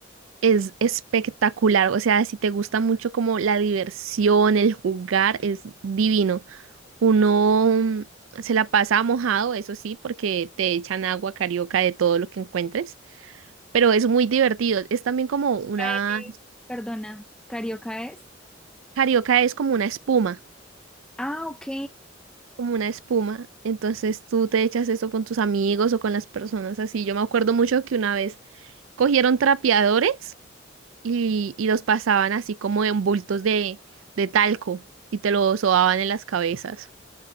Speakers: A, on the right (about 85°); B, in the centre.
A: Es espectacular, o sea, si te gusta mucho como la diversión, el jugar, es divino. Uno mm, se la pasa mojado, eso sí, porque te echan agua carioca de todo lo que encuentres, pero es muy divertido. Es también como una,
B: Eh, Perdona, ¿Carioca es?
A: carioca es como una espuma,
B: Ah, ok.
A: como una espuma. Entonces tú te echas eso con tus amigos o con las personas así. Yo me acuerdo mucho que una vez cogieron trapeadores. y, y los pasaban así como en bultos de, de talco y te lo sobaban en las cabezas.